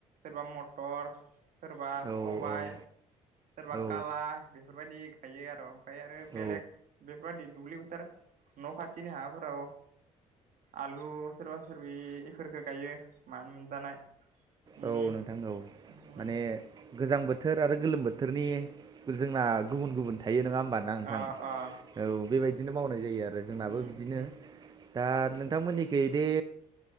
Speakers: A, on the right; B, on the right.
A: मटर सोरबा
B: औ
A: सबाय सोरबा
B: औ
A: काला बेफोरबायदि गायो आरो ओमफ्राय आरो बेलेग
B: औ
A: बेफोरबायदि दुब्लि बोथोर न' खाथि खािनि हाफोराव आलु सोरबा सोरबि बेफोरखौ गायो मानो मोनजानाय उम
B: औ नोंथां औ
A: उम
B: माने गोजां बोथ बोथोर आरो गोलोम बोथोरनि जोंना गुबुन गुबुन थायो नङा होमबा ना नोंथां?
A: अ अ
B: औ बेबायदि <unintelligible> नाय जायो आरो, जोंनाबो
A: उम
B: बिदिनो।
A: उम
B: दा नोंथांमोननिखैदि